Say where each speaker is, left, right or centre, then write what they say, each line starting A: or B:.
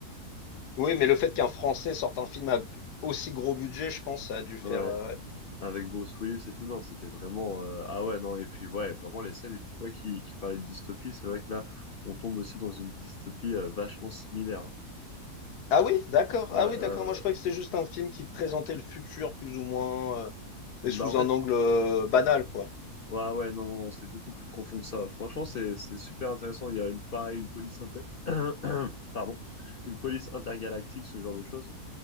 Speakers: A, on the left (about 80°); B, on the left (about 55°).
A: oui, mais le fait qu'un Français sorte un film à g aussi gros budget, je pense ça a dû faire,
B: ouais,
A: heu, ouais.
B: avec Bruce Willis et tout, non, c'était vraiment... euh, ah ouais, non, et puis ouais, vraiment les scènes. Et puis toi qui, qui parlais de dystopie, c'est vrai que là, on tombe aussi dans une dystopie euh, vachement similaire. hein.
A: Ah oui? D'accord,
B: Ouais,
A: ah
B: euh,
A: oui, d'accord, moi je croyais que c'était juste un film qui présentait le futur plus ou moins, heu, mais
B: bah
A: sous
B: en fait,
A: un angle, heu, banal, quoi.
B: Ouais, ouais, non, non, non, c'est beaucoup plus profond que ça. Franchement, c'est, c'est super intéressant. Il y a une, pareil, une police inter... <coughs> <clears throat> Pardon. Une police intergalactique, ce genre de choses.